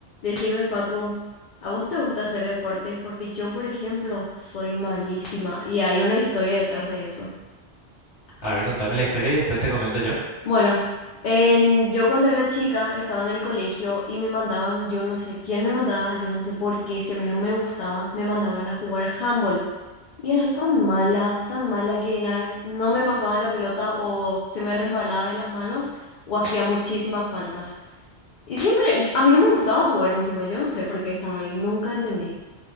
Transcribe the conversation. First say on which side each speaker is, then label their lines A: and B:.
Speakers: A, on the left; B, on the left.
A: Decime, Facu, ¿a vos te gusta hacer deportes? Porque yo, por ejemplo, soy malísima y hay una historia detrás de eso.
B: A ver, contame la historia y después te comento yo.
A: Bueno, en- yo cuando era chica estaba en el colegio y me mandaban, yo no sé quién me mandaba, yo no sé por qué, si a mí no me gustaba, me mandaban a jugar handball. Y era tan mala, tan mala que na- no me pasaban la pelota o se me resbalaba de las manos o hacía muchísimas faltas. Y siempre, a mí no me gustaba jugar encima, yo no sé por qué estaba ahí, nunca entendí.